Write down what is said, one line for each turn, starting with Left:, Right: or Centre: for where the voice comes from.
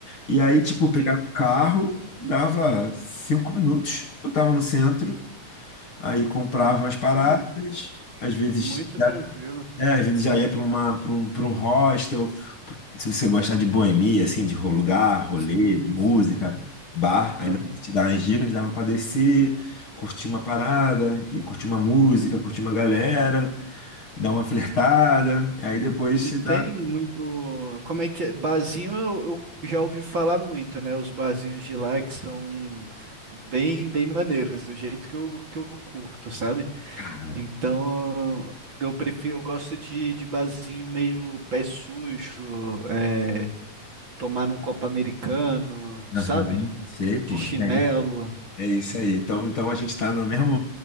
Left: E aí, tipo,
Right: entendi.
Left: pegava o carro, dava cinco minutos. Eu tava no centro, aí comprava umas paradas,
Right: Pô,
Left: às vezes
Right: muito tranquilo.
Left: É, a gente já ia para uma, para um, para um hostel. Se você gostar de boemia, assim, de ro- lugar, rolê,
Right: Sim,
Left: música,
Right: sim.
Left: bar,
Right: é.
Left: ainda
Right: Aham.
Left: te dar umas dicas, dava para descer, curtir uma parada, e curtir uma música, curtir uma galera, dar uma flertada. Aí depois
Right: E
Left: você
Right: tem
Left: dá.
Right: muito. Como é que é? Barzinho eu, eu já ouvi falar muito, né? Os barzinhos de lá que são bem, bem maneiros, do jeito que eu, que eu curto, sabe?
Left: Cara,
Right: Então, eu prefiro, eu gosto de, de barzinho meio pé sujo, é, tomar um copo americano,
Left: aham,
Right: sabe?
Left: sei, pô,
Right: De chinelo.
Left: tem. É isso aí. Então, então a gente tá na mesmo,